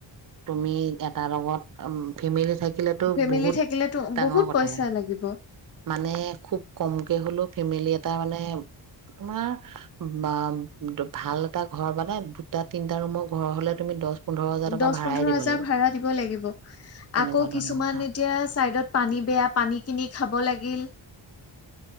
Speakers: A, on the right; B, on the left.
A: তুমি এটাৰ লগত ফেমিলি থাকি। থাকিলেতো
B: ফেমিলি
A: বহুত
B: থাকিলেতো
A: ডাঙৰ
B: বহুত
A: কথাই
B: পইচা লাগিব
A: মানে খুব কমকে হ'লেও ফেমিলি এটা মানে তোমাৰ বা ভাল এটা ঘৰ মানে দুটা তিনটা ৰুমৰ ঘৰ হলে তুমি দহ পোন্ধৰ হাজাৰ টকা
B: দহ
A: ভাড়াই
B: পোন্ধৰ
A: দিব
B: হাজাৰ
A: লাগিব
B: ভাড়া দিব লাগিব।
A: তেনেকুৱা
B: আকৌ
A: ধৰণৰ
B: কিছুমান
A: কথা
B: এতিয়া চাইডত পানী বেয়া পানী কিনি খাব লাগিল।